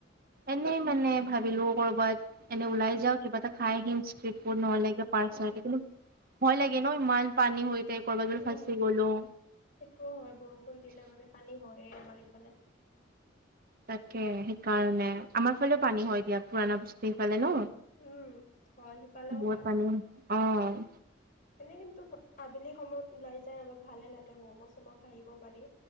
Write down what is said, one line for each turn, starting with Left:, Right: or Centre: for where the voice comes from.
Right: এনে মানে ভাবিলোঁ কৰবাত এনে ওলাই যাওঁ, কিবা এটা খাই আহিম ষ্ট্ৰ পৰ্ নহলে কিবা পাৰ্ক
Left: অ
Right: ছাৰ্ক কিন্তু ভয় লাগে ন ইমান পানী হৈ যায় ক'ৰবাত বোলে
Left: উম
Right: ফচি গ'লোঁ।
Left: সেইটোও হয় বৰষুণ দিলে মানে পানী হয়ে আমাৰ ইফালে।
Right: তাকে সেইকাৰণে আমাৰ ফালেও পানী হয় দিয়া পুৰণা বস্তিৰ সেইফালে ন?
Left: উম হয় সিফালেও
Right: বহুত
Left: হয়।
Right: পানী, অ'।
Left: এনে কিন্তু আবেলি সময়ত ওলাই যাই অলপ ভালে লাগে মম' চম' খাই আহিব পাৰি।